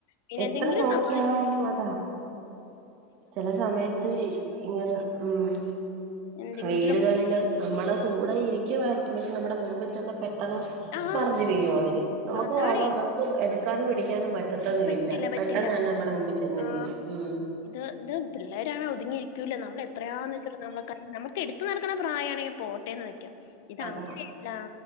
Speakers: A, on the left; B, on the right.
A: പിന്നെ
B: എത്ര
A: എന്തെങ്കിലും
B: നോക്കിയാലും
A: സംഭവിച്ച
B: അതാ ചില സമയത്ത് ഇങ്ങനെ ഉം
A: എന്തെങ്കിലൊക്കെ
B: വീടുകളില് നമ്മള കൂടെ ഇരിക്കുമായിരിക്കും, പക്ഷെ നമ്മുടെ മുമ്പിൽ തന്നെ പെട്ടെന്ന്
A: ആഹ്
B: മർഞ്ഞു വീഴും അവര്. നമുക്ക്
A: അതാണേ
B: കാണാം നമുക്ക് എടുക്കാനും പിടിക്കാനും പ പത്തതുമില്ല
A: പറ്റില്ല പറ്റില്ല
B: പെട്ടെന്ന് തന്നെ നമ്മടെ മുമ്പിൽ ചെന്ന്
A: ആ
B: വീഴും ഉം
A: ഇത് ഇത് പിള്ളേരണോ ഒതുങ്ങിയിരിക്കൂല നമ്മള എത്രയാണന്ന് വച്ച ന നമുക്ക് എടു ഇട്ട് നടക്കണെ പ്രായാണെങ്കിൽ, പോട്ടേന്ന് വയ്ക്കാം. ഈതണ
B: അതാ
A: <unintelligible> ല്ല